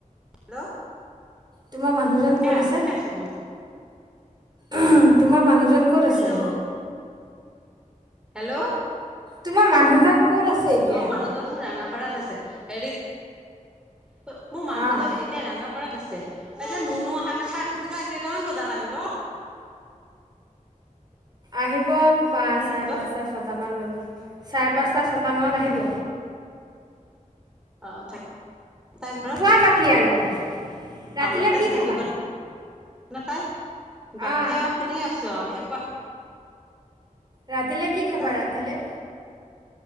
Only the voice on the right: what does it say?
তোমাৰ মানুহজন ক'ত
আছে?
উম তোমাৰ মানুহজন ক'ত
আছে
তোমাৰ মানুহজন ক'ত আছে এতিয়া?
অ',
আহিব পা
চাৰে
পাঁচটা ছটা ছটামান বজ চাৰে পাঁচটা ছটামানত আহিব
খোৱা বাকী আৰু ৰাতিলৈ
কি খাবা
অঁ
ৰাতিলৈ কি খাবা
ৰাতিলৈ